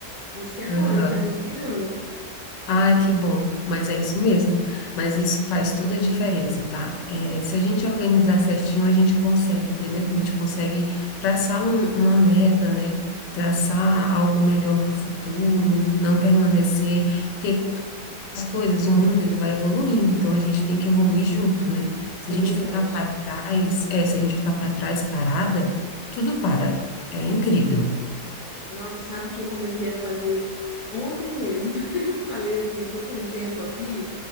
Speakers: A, on the left; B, on the left.
A: Isso que é bom,
B: Aham.
A: isso tá me inspirando.
B: Ai, que bom. Mas é isso mesmo. Mas isso faz toda a diferença, tá? É, se a gente organizar certinho, a gente consegue, entendeu? A gente consegue traçar um- uma meta, né? Traçar algo melhor para o futuro, não permanecer. Porque as coisas, o mundo ele vai evoluindo, então a gente tem que evoluir junto, né? Se
A: É
B: a gente
A: verdade.
B: ficar para trás, é, se a gente ficar para trás parada, tudo para. É incrível.
A: É, Nossa, sabe que eu comecei a fazer ontem mesmo. <laughs> Eu falei assim, eu tô com um tempo aqui,